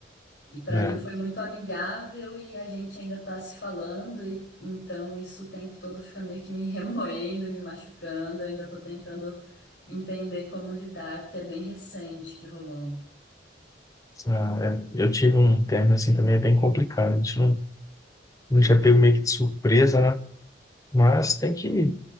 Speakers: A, on the left; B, on the left.
A: E para
B: né?
A: mim foi muito amigável e a gente ainda tá se falando, e então isso o tempo todo fica meio que me <laughs> remoendo, me machucando, eu ainda tô tentando entender como lidar, porque é bem recente que rolou.
B: Ah, é. Eu tive um término assim também é bem complicado. A gente não, não já pego meio que de surpresa, né? Mas tem que